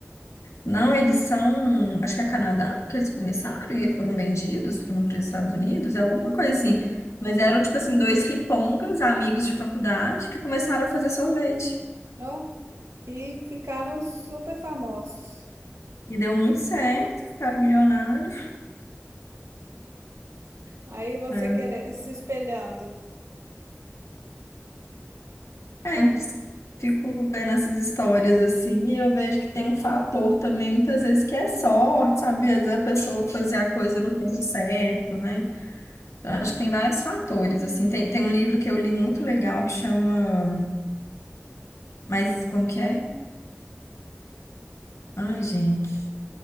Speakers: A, on the left; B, on the right.
A: Não, eles são, acho que é Canadá que eles começaram e foram vendidos, para os Estados Unidos, é alguma
B: Hum,
A: coisa assim. Mas eram, tipo assim, dois ripongas, amigos de faculdade, que começaram a fazer sorvete.
B: ó, e ficaram super famosos.
A: E deu muito certo, ficaram milionários.
B: Aí você
A: É,
B: quer se espelhando.
A: é, fico vendo essas histórias assim, e eu vejo que tem um fator também, muitas vezes, que é sorte, sabe? Às vezes a pessoa fazer a coisa no tempo certo, né? Eu Acho que tem vários fatores, assim. Tem, tem um livro que eu li muito legal que chama... Mas como que é? Ai, gente.